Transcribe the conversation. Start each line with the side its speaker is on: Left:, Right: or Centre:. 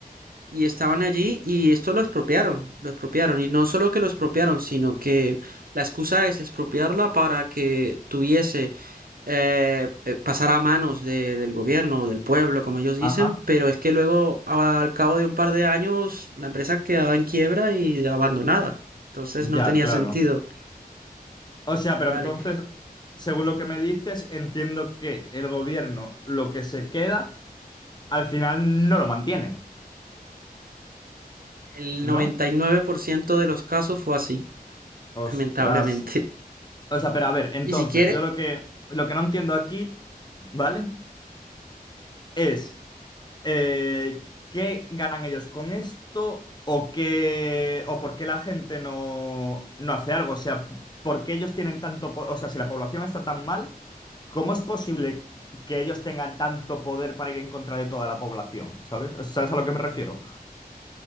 Right: Y estaban allí y esto lo expropiaron, lo expropiaron. Y no solo que lo expropiaron, sino que la excusa es expropiarla para que tuviese, eh, eh, pasar a manos de- del gobierno o del pueblo, como ellos dicen,
Left: Ajá.
Right: pero es que luego a- al cabo de un par de años la empresa quedaba en quiebra y abandonada. Entonces
Left: Ya,
Right: no tenía
Left: claro.
Right: sentido.
Left: O sea, pero
Right: Vale,
Left: entonces, según lo que me dices, entiendo que el gobierno lo que se queda, al final no lo mantiene,
Right: el
Left: ¿no?
Right: 99% de los casos fue así, <laughs>
Left: Ostras.
Right: lamentablemente.
Left: O sea, pero a ver, entonces,
Right: Y si quieres,
Left: yo lo que lo que no entiendo aquí, ¿vale? Es. Eh, ¿qué ganan ellos con esto? ¿O qué, o por qué la gente no, no hace algo? O sea, ¿por qué ellos tienen tanto, po- o sea, si la población está tan mal, ¿cómo es posible que ellos tengan tanto poder para ir en contra de toda la población? ¿Sabes? ¿Sabes a lo que me refiero?